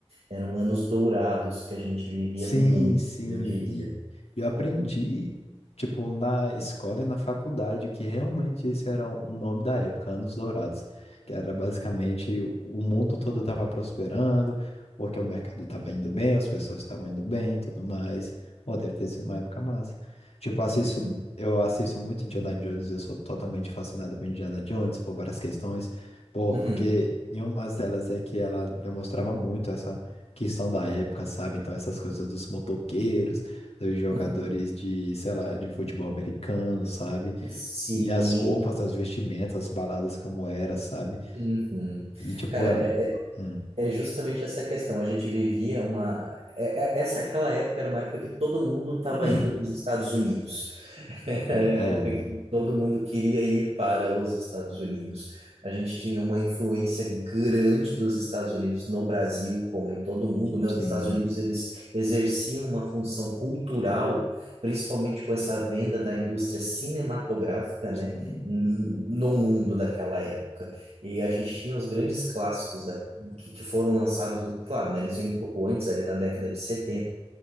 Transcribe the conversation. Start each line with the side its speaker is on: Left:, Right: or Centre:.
Right: eram anos dourados que a gente vivia
Left: Sim,
Right: no mundo,
Left: sim.
Right: eu diria.
Left: E eu aprendi, tipo, na escola e na faculdade, que realmente esse era o nome da época, Anos Dourados, que era basicamente o o mundo todo estava prosperando, porque o mercado estava indo bem, as pessoas estavam indo bem, e tudo mais. Pô, deve ter sido uma época massa. Tipo, assisto,
Right: <laughs>
Left: eu assisto muito Indiana Jones, eu sou totalmente fascinado por Indiana Jones, por várias questões, porque
Right: Uhum,
Left: em uma delas é que ela demonstrava muito essa que são da época, sabe? Então, essas coisas dos motoqueiros, dos jogadores
Right: uhum.
Left: de, sei lá, de futebol americano, sabe?
Right: Sim.
Left: E as roupas, as vestimentas, as baladas como era, sabe?
Right: uhum.
Left: E, tipo,
Right: Cara,
Left: era...
Right: é,
Left: Hum.
Right: é
Left: Uhum.
Right: é justamente essa questão. A gente vivia uma. é- é- Essa aquela época era uma época que todo mundo estava
Left: <clears throat>
Right: indo para os Estados Unidos. <laughs> Era a época
Left: É,
Right: que todo mundo queria ir para os Estados Unidos. A gente tinha uma influência grande dos Estados Unidos no Brasil, como em todo mundo, né?
Left: sim,
Right: Os Estados Unidos, eles exerciam uma função cultural, principalmente com essa venda da indústria cinematográfica, né?
Left: sim.
Right: n- No mundo daquela época. E a gente tinha os grandes clássicos da, que, que foram lançados, claro, né? Eles vêm um pouco antes, ali na década de 70,